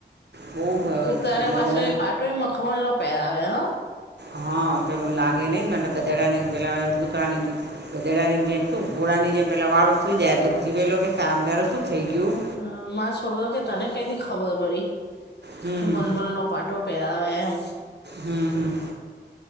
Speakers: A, on the right; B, on the left.
A: બહુ
B: હ કૂતારે
A: એટલે
B: પાસે
A: બહુ
B: પાટોળ મખમણનો પહેરાવે હ.
A: હા પેલું લાગે નહને ગધેડા ની પેલા કૂતરાની ગધડાની જેમ શું ઘોળાની જેમ પેલા વાળુંતરી જાય તો પછી પેલો કે સાામદાર શું થઈ ગયું.
B: અ મા છોકરો કે તને કંથી ખબર પડી
A: હમ
B: કે મલમલ ન પાઠો પેલા હો.
A: હમ હમ.